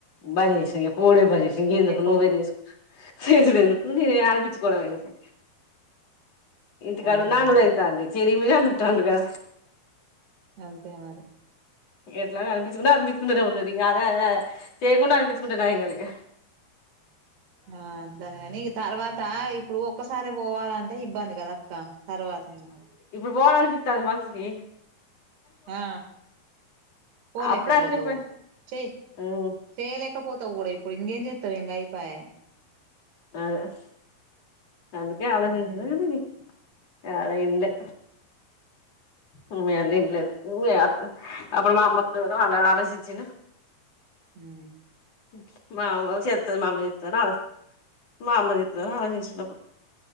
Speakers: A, on the left (about 45°); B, on the right (about 85°).
A: బాగా చేసి ఓడే భజ చె ఇంకా ఎందుకు
B: ఇగ పోకు
A: నువ్వే చేసు స స ఎకు న ఆరపిించకోడంమ ఎకు ఇంతకాడు
B: అంతే
A: నానుూ
B: మరి
A: అవుతంది చెర మలానుట్టాండగా
B: అంతే మరి
A: ఎట్లా అపించుకు అనిపించకుంటా ఉండ అే అదా అదా చేయకుడా అపించకుంటా అదా గ
B: ఆ అట్లా కాని తర్వాత ఇప్పుడు ఒక్కసారి పోవాలంట ఇబ్బంది కదక్క తరవాతైన
A: ప్పుడు పొవాలనిపిత్తాంది మన్స్ కి
B: ఆ, పోలేక
A: అప్పుడే
B: పోతవ్
A: అట్నే
B: చేయ్
A: పోయి
B: చేలేక పోతా ఊడ ఇ ప్పుడు ఇంగేం జెత్తవ్ ఇంగాయ్ అయ్ పాయె
A: ఆ ఎస్ అందుకే ఆలోచించిన
B: మ్మ్
A: కని అలా ఇల్లె ఉ అన్ని ఇంట్లనే ఉవ్వే అప్పుడు మా అమ్మత్తదట వాల్ల్ ఆలోచించిడు
B: హు
A: ఓక్ మావ్వ చెత్తద్ మాఅమ్మ చెత్తదని ఆ మా అమ్మ చేత్తదని ఆలోచించిన్నం.